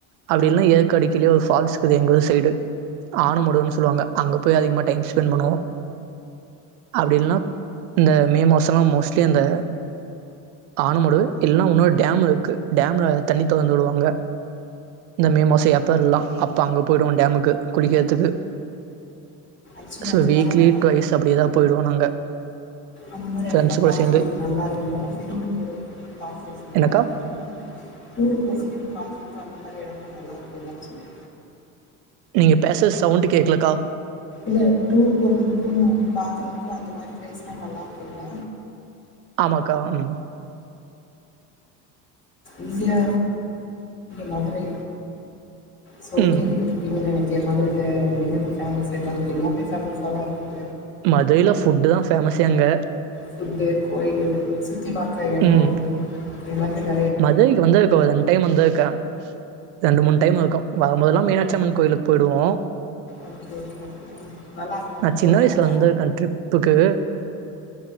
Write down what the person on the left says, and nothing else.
ச்சுலி
அந்த
மாரி இட
அந்த மாரி
இட
பாக்குறதுக்கு
நல்லா இருக்கு டூர் போறதுக்கு பாக்குறதுக்கு நல்லா
இருக்கு டூர் போறதுக்கு பாறது அந்த மாரி எடல்லா நல்லா இருக்கும்ல்லு சொல்லே
இல்ல டூர் போகறதுக்கு பார்கறதுக்கு அந்த மாரி பிளேஸ்லா நல்லா இருக்குல்ல
இந்தியா மதுரை சோ கேள்வி
பட்ருக்கீங்க தானே இங்க மதுரைல எல்லாமே பேமஸ் தா எல்லாமே எல்லாமே பேமஸ்தா இருக்கு
ஃபுட்டு கோயிலு சுத்தி பாக் க்க எடோ
எல்லாத்தியு
ஓகே ஓகே நல்ல
இரு
நல்ல